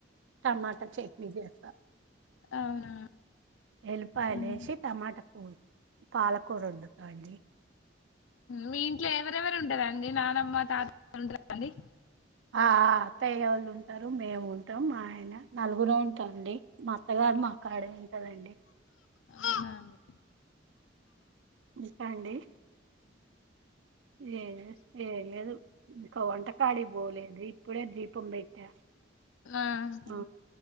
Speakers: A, on the right (about 70°); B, on the left (about 85°).
A: టమాటా చట్నీ చేస్త
B: అవునా
A: ఎల్లిపాయలేసి
B: ఊహు. ఊహు.
A: టమాటా కూ పాలకూర వండుతాండి
B: మీ ఇట్లే ఎవరెవరు ఉంటారండి నానమ్మ తాత <inaudible> <inaudible> డి
A: ఆ అత్తయ్య ఒళ్ళు ఉంటారు మేము ఉంటాం మా ఆయన నలుగుర ఉంటాంండి మా అత్తగారు మాక్కడే ఉంటారండి
B: అవునా అండి
A: ఇంకా అండి ఏ ఏం లేదు ఇంకా వంటకాడి పోలేదు ఇప్పుడే దీపం పెట్టా
B: ఆహా
A: ఆ,